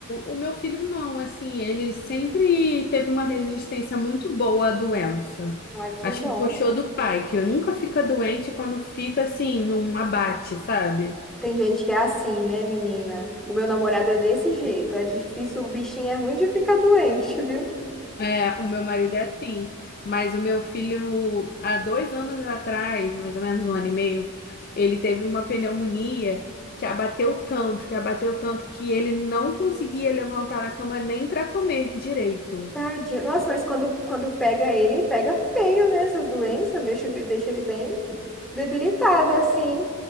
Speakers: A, on the left; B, in the centre.
A: o, o meu filho não, assim, ele sempre teve uma resistência muito boa à doença.
B: Ai, que
A: Acho
B: bom.
A: que puxou do pai, que nunca fica doente quando fica assim, num abate, sabe?
B: Tem gente que é assim, né, menina? O meu namorado é desse jeito. É difícil, o bichinho é ruim de ficar doente, <laughs> viu?
A: É, o meu marido é assim, mas o meu filho, há dois anos atrás, mais ou menos um ano e meio, ele teve uma pneumonia que abateu tanto, que abateu tanto, que ele não conseguia levantar da cama nem para comer direito
B: Tadinho. Nossa, mas quando, quando pega ele, pega feio, né? Essas doenças, deixa, deixa ele bem debilitado, assim.